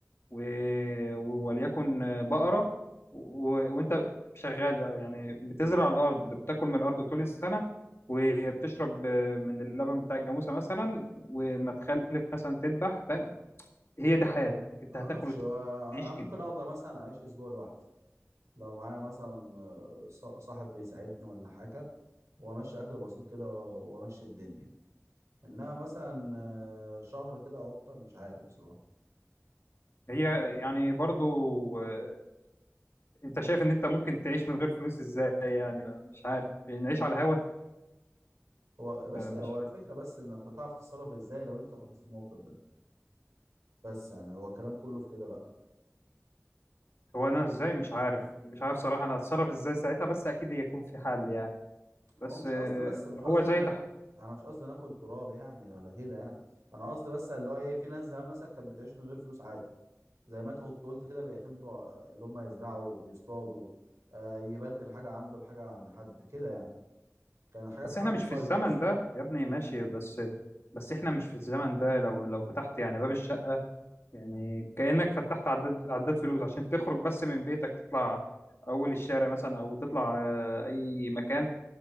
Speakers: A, on the left; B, on the right.
A: و... وليكن آه، بقرة و... وانت شغال بقى يعني بتزرع الارض بتاكل من الارض طول السنة وبتشرب آه، من اللبن بتاع الجاموسة مثلا وما تخلف مثلا تذبح فاهم هي دي حياتك انت
B: ما
A: هتاكل
B: اعرفش هو
A: وتعيش
B: انا
A: كده
B: ممكن اقدر مثلا اعيش اسبوع لوحدي لو معايا مثلا آه، ص- صاحب بيساعدني ولا حاجه وامشي اكل بسيط كده وامشي الدنيا انما مثلا آه، شهر كده او اكتر مش عارف بصراحه
A: هي يعني برضو آه، انت شايف ان انت ممكن تعيش من غير فلوس ازاي يعني ما- مش عارف نعيش على الهوا
B: هو بس
A: آه، مش
B: هو الفكره بس انك هتعرف تتصرف ازاي لو انت اتحطيت في الموقف ده بس يعني هو الكلام كله في كده بقى
A: هو انا ازاي مش عارف مش عارف صراحة انا اتصرف ازاي ساعتها بس اكيد هيكون في حل يعني بس
B: هو مش
A: آه،
B: قصد بس مش قصد
A: هو زي
B: انك
A: تح...
B: انا مش قصدي ناكل تراب يعني ولا كده يعني انا قصدي بس اللي هو ايه في ناس زمان مثلا كانت بتعيش من غير فلوس عادي زي ما انت كنت قلت كده بيعتمدوا على اللي هم يزرعوا يصطادوا آه يبدل حاجه عنده بحاجه عند حد كده يعني كان حاجه
A: بس
B: اسمها
A: احنا
B: المقايضه
A: مش في الزمن
B: اصلا
A: ده
B: كانت
A: يا ابني
B: موجوده
A: ماشي
B: زمان
A: بس بس احنا مش في الزمن ده لو لو فتحت يعني باب الشقة يعني كأنك فتحت عداد عداد فلوس عشان تخرج بس من بيتك تطلع اول الشارع مثلا او تطلع آه، اي مكان